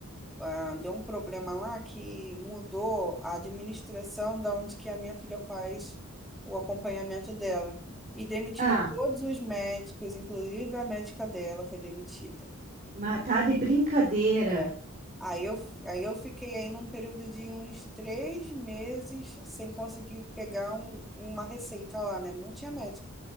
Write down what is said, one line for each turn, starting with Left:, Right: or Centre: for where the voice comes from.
Centre: ah, deu um problema lá que mudou a administração da onde que a minha filha faz o acompanhamento dela. E demitiram
Right: Ah,
Centre: todos os médicos, inclusive a médica dela foi demitida.
Right: matar de brincadeira.
Centre: É. Aí eu, f- aí eu fiquei aí num período de uns três meses sem conseguir pegar um- uma receita lá, né? Não tinha médico